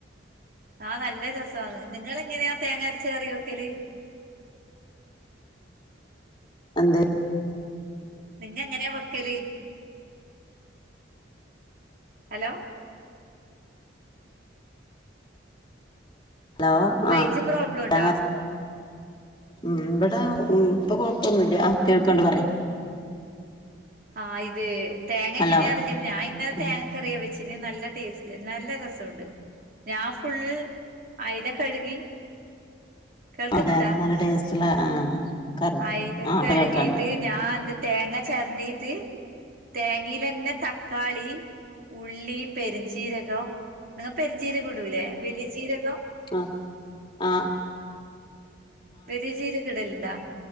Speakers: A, on the right (about 50°); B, on the left (about 25°).
A: ആഹ് നല്ല രസാന്ന് നിങ്ങളെങ്ങനെയാ തേങ്ങ അരച്ച് കറിവെക്കല്
B: അന്ത
A: നിങ്ങള് എങ്ങനെയാ വെക്കല് ഹലോ
B: ഹലോ
A: റേഞ്ച്
B: ആഹ്
A: പ്രോബ്ലം ഉണ്ടോ
B: ഞങ്ങ ഉം ഇവിടെ ഇപ്പൊ കൊഴപ്പൊന്നുമില്ല കേൾക്കണ്ട് പറയാം
A: ആഹ് ഇത് തേങ്ങ
B: ഹലോ
A: എങ്ങനെയാ അരക്കല് ഞാൻ ഇന്നലെ
B: ഉം
A: തേങ്ങ കറിയ വെച്ചിന് നല്ല ടേസ്റ്റ് നല്ല രസുണ്ട് ഞാൻ ഫുള്ള് അയില കഴുകി കേൾക്കുന്നുണ്ടാ
B: അതെ അതെ നല്ല ടേസ്റ്റുള്ള ആ കറി
A: അയലൊക്കെ
B: ആ അവിടെ
A: കഴുകിട്ട്
B: കേൾക്കാണ്ട്
A: ഞാൻന്ത് തേങ്ങ ചരതിട്ട് തേങ്ങയിലന്നെ തക്കാളി ഉള്ളി പെരഞ്ചീരകോ നിങ്ങള് പെരഞ്ജീരക ഇടുൂലേ വലിയ ചീരകോ
B: ആഹ് ആഹ്
A: വെലിയ ജീരകിടലുണ്ടാ